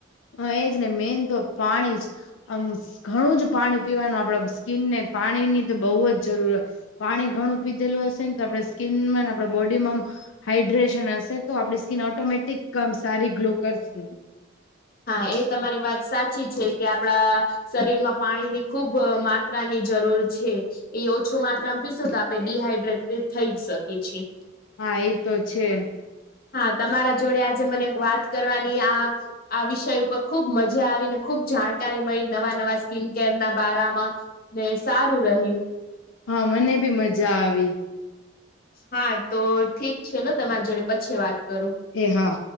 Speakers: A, on the left; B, on the left.
A: હ એજને, મેન તો પાણી જ આમ ઘણુંજ પાણી પીવાનું, આપડ સ્કીનને પાણી ની તો બઉ જ જરૂરત પાણી ઘણું પીધેલું હશે ને તો આપડે સ્કીનમાં ને આપડે બોડીમાં આમ હાડ્રેશન હશે તો આપડી સ્કીન ઓટોમેટિક આમ સારી ગ્લો કરશે.
B: હા એ તમારી વાત સાચી છે, કે આપડા શરીર માં પાણીની ખુબ માત્રાની જરૂર છે. એ ઓછું માત્રામાં પીસું, તો આપડે ડીહાઈડ્રેટે થઈ જ શકીએ છીએ.
A: હા એતો છે.
B: હા તમારા જોડે આજે મને વાત કરવાની આ આ વિષય ઉપર ખુબ મજા આવી, ને ખુબ જાણકારી મળી, નવા નવા સ્કીિન કેર ના બારામાં. ને સારું રહ્યું.
A: હા મને બી મજા આવી.
B: હા ઠીક છેને, તમારા જોડે પછી વાત કરું.
A: એ હા